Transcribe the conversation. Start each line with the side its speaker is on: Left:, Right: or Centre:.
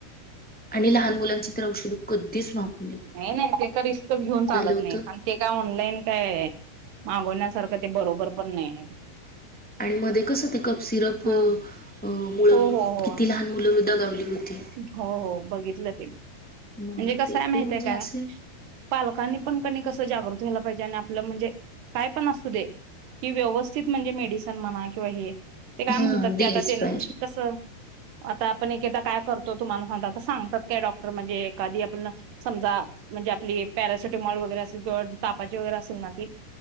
Centre: आणि लहान मुलांची तर औषध कधीच मा ''--''
Right: नाही नाही ते का रिस्त घेऊन चालत
Centre: होतं
Right: नाही आणि ते काय ऑनलाईन काय. मागवण्यासारखं ते बरोबर पण नाही आहे बाई.
Centre: आणि मध्ये कस ते कप सिरप
Right: ह
Centre: मुळम
Right: हो हो हो
Centre: किती लहान. मुलंविध गावली होती.
Right: हो हो, बघितलं ते म्हणजे
Centre: मग
Right: कसय
Centre: ते
Right: माहित
Centre: ते म्हणजे
Right: आहे काय.
Centre: असे
Right: पालकांनी पण कनाय कसं जागृत व्हायला पाहिजे आणि आपलं म्हणजे काय पण असू दे. की व्यवस्थित म्हणजे मेडी. सन किवा हे काय
Centre: हा
Right: म्हणतात
Centre: दिलीच
Right: ते आ
Centre: पाहिजेत.
Right: कस आता आपण एक एकदा. काय करतो तुम्हाला सांगता सांगतात काय डॉक्टर म्हणजे एखदी आपण. समजा म्हणजे आपली पॅरासिटमॉल वगैरे असेल किंवा तापाची वगैरे असेल ना ती.